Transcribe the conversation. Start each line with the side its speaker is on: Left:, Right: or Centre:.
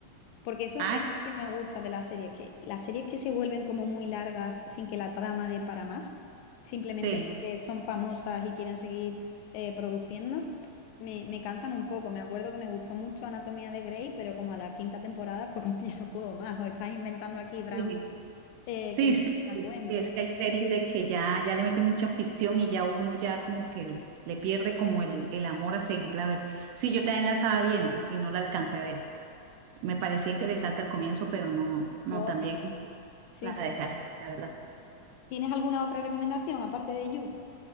Left: Porque eso,
Right: Ah,
Left: eso
Right: es-
Left: sí que me gusta de las series, que las series que se vuelven como muy largas sin que la trama dé para más, simplemente
Right: sí,
Left: porque son famosas y quieren seguir eh, produciendo, me, me cansan un poco. Me acuerdo que me gustó mucho Anatomía de Grey, pero como a la quinta temporada fue como <laughs> ya no puedo más, o estás inventando aquí drama
Right: sí,
Left: eh,
Right: sí,
Left: que no
Right: sí, sí,
Left: me da cuento,
Right: sí, Es
Left: ¿no?
Right: que hay series de que ya, ya le meten mucha ficción y ya uno ya como que le, le pierde como el, el amor a seguirla a ver. Sí, yo también la estaba viendo y no la alcancé a ver. Me parecía interesante al comienzo, pero no, no,
Left: Luego
Right: también
Left: ya- Sí,
Right: la
Left: sí.
Right: dejé hasta, ahí, la verdad.
Left: ¿Tienes alguna otra recomendación aparte de You?